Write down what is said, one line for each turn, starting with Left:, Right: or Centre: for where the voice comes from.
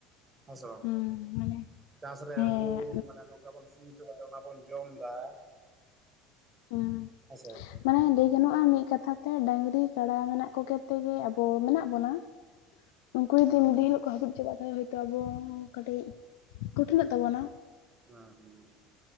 Right: ᱦᱮᱸᱥᱮ ᱵᱟᱝ
Left: ᱦᱩᱸ ᱢᱟᱱᱮ
Right: ᱪᱟᱥᱨᱮ
Left: ᱦᱮᱸ
Right: ᱩᱱᱠᱩ ᱢᱟᱱ ᱱᱚᱝᱠᱟ ᱵᱩᱱ ᱥᱤ ᱪᱚ ᱠᱟᱛᱮᱜ ᱚᱱᱟ ᱵᱚᱱ ᱡᱚᱢᱫᱟ᱾
Left: ᱦᱩᱸ
Right: ᱦᱮᱸᱥᱮ?
Left: ᱢᱟᱱᱮ ᱞᱟᱹᱭ ᱜᱟᱱᱚᱜᱼᱟ ᱢᱤᱜ ᱠᱟᱛᱷᱟ ᱛᱮ ᱰᱟᱹᱟᱝᱨᱤ ᱠᱟᱰᱟ ᱢᱮᱱᱟᱜ ᱠᱚᱜᱮ ᱛᱮᱜᱮ ᱟᱵᱚ ᱢᱮᱱᱟᱜ ᱵᱚᱱᱟ᱾ <inaudible> ᱩᱝᱠᱩ ᱡᱩᱫᱤ
Right: ᱦᱳᱭ
Left: ᱢᱤᱜ ᱫᱤᱱ ᱦᱤᱞᱳᱜ ᱠᱚ ᱦᱟᱹᱯᱤᱜ ᱪᱟᱵᱟᱜᱼᱟ ᱛᱟᱦᱞᱮ ᱦᱚᱭᱛᱳ ᱟᱵᱚ ᱠᱟᱹᱴᱤᱡ ᱠᱩᱴᱷᱤᱱᱚᱜ ᱛᱟᱵᱚᱱᱟ᱾
Right: ᱦᱩᱸ ᱦᱩᱸ